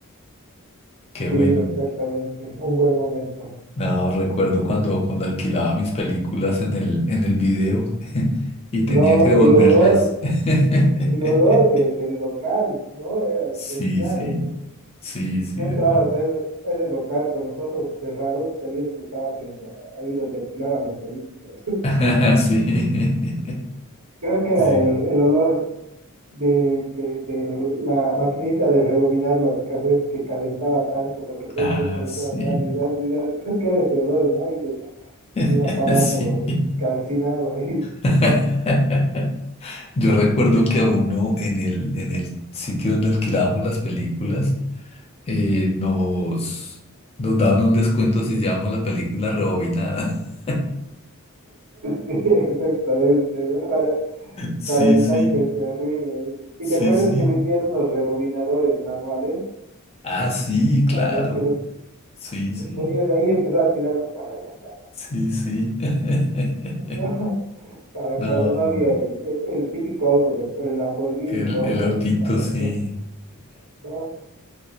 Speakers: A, on the left; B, on the right.
A: Qué
B: sí,
A: bueno.
B: exactamente. Un buen momento.
A: No, recuerdo cuando, cuando alquilaba mis películas en el, en el video <laughs> y tenía
B: No,
A: que devolverlas.
B: el olor,
A: <laughs>
B: el olor de, del local, ¿no? Era especial.
A: Sí, sí, sí, sí,
B: Tú entrabas
A: ¿verdad?
B: a ese, a ese local con los ojos cerrados y sabías que estabas en la- ahí donde alquilaban las películas.
A: <laughs> Sí.
B: Creo que era
A: Sí.
B: el, el olor de, de, de la maquinita de rebobinar las cassettes que calentaba tanto porque todo
A: Ah,
B: el tiempo le
A: sí.
B: estaban dando y dando y dando. Creo que era ese olor, ¿no? Y de,
A: <laughs>
B: de un aparato
A: Sí.
B: calcinado ahí.
A: <laughs>
B: <laughs>
A: Yo recuerdo que a uno en el, en el sitio donde alquilábamos las películas, eh, nos, nos daban un descuento si llevábamos la película rebobinada. <laughs>
B: Sí, exactamente, ¿no? Para,
A: Sí,
B: para evitar
A: sí,
B: que se arruine ahí. Y
A: sí,
B: te acuerdas
A: sí.
B: que vendían unos rebobinadores manuales
A: Ah, sí, claro.
B: para los que los
A: Sí, sí,
B: ponías ahí y empezaba a tirar la palanquita.
A: sí, sí. <laughs>
B: <laughs> Para
A: No,
B: cuando no había el, el- el típico auto de el Lamborghini
A: el,
B: rojo
A: el autito,
B: ahí para re-
A: sí.
B: Oh,